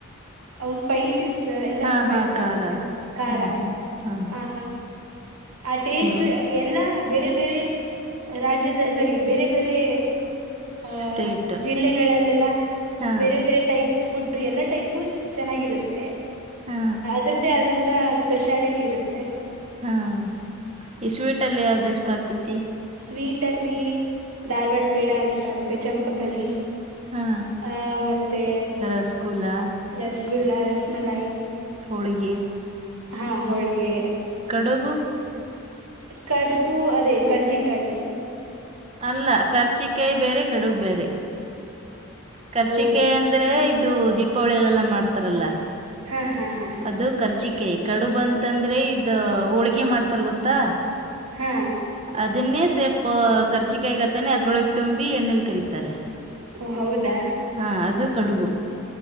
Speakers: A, on the right; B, on the right.
A: ಅ ಸ್ಪೈಸಿಸಸ್ ಎಲ್ಲ
B: ಹಾ
A: ತುಂಬಾ
B: ಹಾ
A: ಇಷ್ಟ
B: ಖಾರ
A: ಆಗುತ್ತೆ ಖಾರ
B: ಹಾ ಹಾ ಹಾ
A: ಆ ಆ ಟೇಸ್ಟ್
B: ಹಾ
A: ಎಲ್ಲ ಬೇರೆ ಬೇರೆ ರಾಜ್ಯದ ಸಾರಿ ಬೇರೆ ಬೇರೆ ಆ
B: ಸ್ಟೇಟ್
A: ಜಿಲ್ಲೆಗಳಲ್ಲೆಲ್ಲ
B: ಹಾ
A: ಬೇರೆ ಬೇರೆ ಟೈಪ್ ಫುಡ್ಡು ಎಲ್ಲಾ ಟೈಪು ಚೆನ್ನಾಗಿರುತ್ತೆ
B: ಹಾ
A: ಅದ್ರದ್ದೇ ಆದಂತ ಸ್ಪೆಷಾಲಿಟಿ ಇರುತ್ತೆ
B: ಹಾ ಈ ಸ್ವೀಟ್ ಅಲ್ಲಿ ಯಾವ್ದ ಎಷ್ಟ ಆಗ್ತೇತಿ
A: ಸ್ವೀಟ್ ಅಲ್ಲಿ ಧಾರ್ವಾಡ ಪೇಡ ಇಷ್ಟ ಆಗುತ್ತೆ ಚಂಪಕಲಿ
B: ಹಾ
A: ಹ ಮತ್ತೆ
B: ರಸಗುಲ್ಲ
A: ರಸಗುಲ್ಲಾ ರಸಮಲಾಯಿ
B: ಹಳಗೆ
A: ಹಾ ಹೋಳ್ಗೆ
B: ಕಡಬ
A: ಕಡುಬು ಅದೇ ಕರ್ಜಿಕಾಯ
B: ಅಲ್ಲ ಖರ್ಚಿಕಾಯಿ ಬೇರೆ ಕಡುಗ್ ಬೇರೆ ಕರ್ಚಿಕೆ
A: ಹೌದು
B: ಅಂದ್ರೆ ಇದು ದೀಪಾವಳಿಯ ಎಲ್ಲೆಲ್ಲಾ ಮಾಡ್ತಾರಲ್ಲ
A: ಹ್ಮ್ ಹ್ಮ್ ಹ್ಮ
B: ಅದು ಕರ್ಚಿಕೆ ಕಡುಬಂತಂದ್ರೆ ಇದ ಹೋಳ್ಗೆಿ ಮಾಡ್ತಾರ ಗೊತ್ತಾ
A: ಹಾ
B: ಅದ ಅನ್ನೇ ಸೇಪ್ ಕರ್ಚಿಕಾಯಗತ್ತೇನೆ ಅದ್ರೊಳಗ್ ತುಂಬಿ ಎಣ್ಣಲಿ ಕರೀತಾರೆ
A: ಓ ಹೌದಾ
B: ಹಾ ಅದು ಕಡುಬು